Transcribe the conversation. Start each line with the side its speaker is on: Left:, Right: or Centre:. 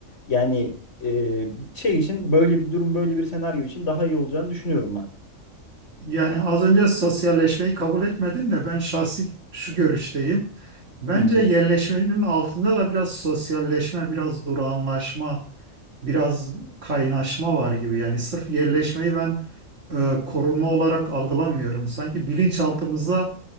Left: yani e, şey için böyle bir durum böyle bir senaryo için daha iyi olacağını düşünüyorum ben.
Right: Yani az önce sosyalleşmeyi kabul etmedin de ben şahsi şu görüşteyim. Bence
Left: Hı hı.
Right: yerleşmenin altında da biraz sosyalleşme, biraz durağanlaşma, biraz kaynaşma var gibi. Yani sırf yerleşmeyi ben e, korunma olarak algılamıyorum. Sanki bilinçaltımızda